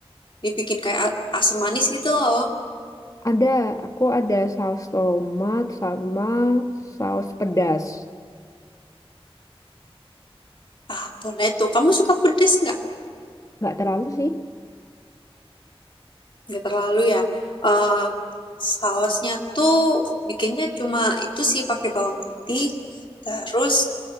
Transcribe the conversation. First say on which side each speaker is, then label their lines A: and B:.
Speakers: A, on the left (about 55°); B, on the left (about 35°).
A: dibikin kayak asam manis gitu loh.
B: Ada, aku ada saus tomat sama saus pedas.
A: Ah, boleh tuh. Kamu suka pedes nggak?
B: Nggak terlalu sih.
A: Nggak terlalu ya. Eh sausnya tuh bikinnya cuma itu sih pakai bawang putih, terus